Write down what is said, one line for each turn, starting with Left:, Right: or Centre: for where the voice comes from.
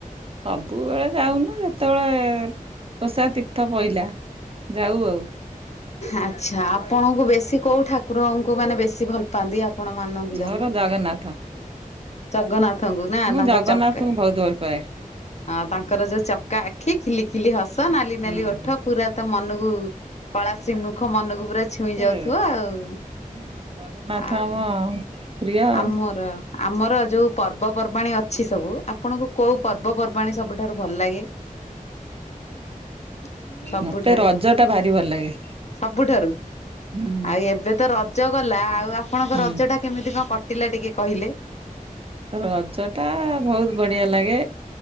Right: ସବୁବେଳେ ଯାଉନୁ ଯେତେବେଳେ ଓଷା ତୀର୍ଥ ପଇଲା ଯାଉ ଆଉ।
Left: ଆଚ୍ଛା ଆପଣଙ୍କୁ ବେଶୀ କଉଁ ଠାକୁରଙ୍କୁ ମାନେ ବେଶୀ ଭଲ ପାଆନ୍ତି ଆପଣ ମାନନ୍ତି
Right: ମୋର
Left: ତାଙ୍କୁ।
Right: ଜଗନ୍ନାଥ।
Left: ଜଗନ୍ନାଥଙ୍କୁ ନା
Right: ମୁଁ
Left: ତାଙ୍କ
Right: ଜଗନ୍ନାଥଙ୍କୁ
Left: ଚକ
Right: ବହୁତ ଭଲ ପାଏ।
Left: ଅ ତାଙ୍କର ଯୋଉ ଚକା ଆଖି, ଖିଲି ଖିଲି ହସ, ନାଲି ନାଲି
Right: ହୁଁ।
Left: ଓଠ ପୁରା ତ ମନକୁ କଳା ଶ୍ରୀମୁଖ ମନକୁ ପୁରା ଛୁଇଁ
Right: ମତେ
Left: ଯାଉଥିବ ଆଉ
Right: ହଁ ଜଗନ୍ନାଥ
Left: ଆଉ
Right: ଆମ ପ୍ରିୟ ଆଉ
Left: ଆମର ଆମର ଯୋଉ ପର୍ବପର୍ବାଣୀ ଅଛି ସବୁ, ଆପଣଙ୍କୁ କୋଉ ପର୍ବପର୍ବାଣୀ ସବୁଠାରୁ ଭଲ ଲାଗେ? <inaudible> ସବୁଠାରୁ
Right: ମତେ ରଜ ଟା ଭାରି ଭଲ ଲାଗେ।
Left: ସବୁଠାରୁ,
Right: ହୁଁ
Left: ଆଉ ଏବେ ତ ରଜ ଗଲା, ଆଉ ଆପଣଙ୍କ
Right: ହୁଁ
Left: ରଜ ଟା କେମିତି କଣ? କଟିଲା ଟିକେ କହିଲେ?
Right: ରଜ ଟା ବହୁତ ବଢିଆ ଲାଗେ,